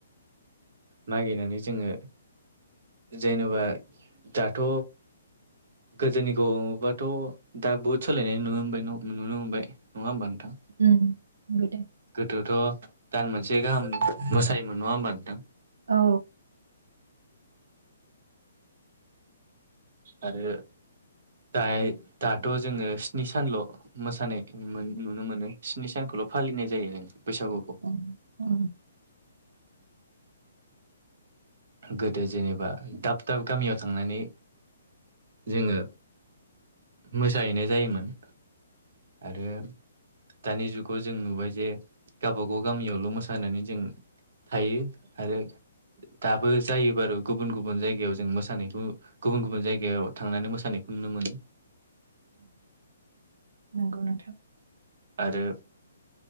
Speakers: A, on the right; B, on the right.
A: मागायनानै जोङो जेनेबा दाथ' गोदोनि गो नबाथ' दा बहुद सोलायनाय नुनो मोनबाय नुनो मोनबाय नङा होमबा नोंथां
B: उम <unintelligible>
A: गोदोथ' दान मोनसे गाहाम मोसायोमोन नङा होनोमबा नोंथां
B: औ
A: आरो द दाथ' जोङो स्नि सानल' मोसानाय नुनो मोनो स्नि सानखौल' फालिनाय जायो जों बैसागुखौ
B: <unintelligible>
A: गोदो जेनेबा दाब दाब गामियाव थांनानै जोङो मोसाहैनाय जायोमोन आरो दानि जुगाव जों नुबाय जे गावब गाव गामियावल' मोसानानै जों थायो आरो दाबो जायो बारु गुबुन गुबुन जायगायाव जों मोसानायखौ गुबुन गुबुन जायगायाव थांनानै मोसानायखौ नुनो मोनो।
B: नंगौ नोंथां
A: आरो